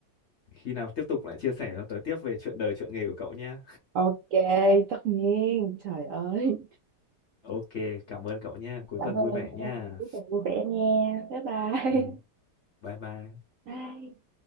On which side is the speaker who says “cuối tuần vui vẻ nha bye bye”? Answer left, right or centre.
Right